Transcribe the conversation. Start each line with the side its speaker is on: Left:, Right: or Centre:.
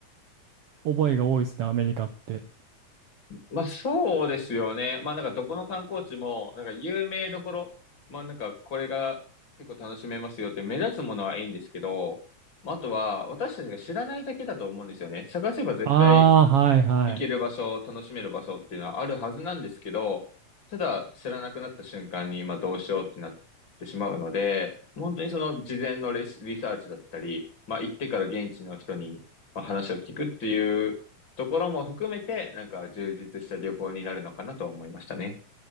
Right: 覚えが多いですね、アメリカって。
Left: まあそうですよね。まあなんかどこの観光地も、なんか有名どころ、まあなんかこれが結構楽しめますよって目立つものはいいんですけど、まああとは私たちが知らないだけだと思うんですよね。探せば絶対
Right: ああ、はいはい。
Left: 行ける場所、楽しめる場所っていうのはあるはずなんですけど、ただ知らなくなった瞬間に今どうしようってなってしまうので、本当にその事前のレシリサーチだったり、まあ行ってから現地の人にまあ話を聞くっていうところも含めて、なんか充実した旅行になるのかなと思いましたね。